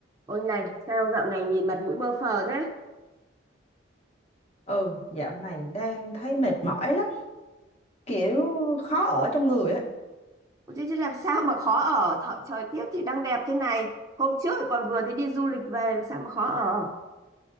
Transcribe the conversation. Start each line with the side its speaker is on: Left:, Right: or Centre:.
Right: Ôi này, sao dạo này nhìn mặt mũi bơ phờ thế?
Left: Ừ, dạo này đang thấy mệt mỏi lắm, kiểu khó ở trong người á.
Right: Ôi Chứ, chứ làm sao mà khó ở Thợ, Trời tiết thì đang đẹp thế này Hôm trước thì còn vừa thì đi du lịch về Làm sao mà khó ở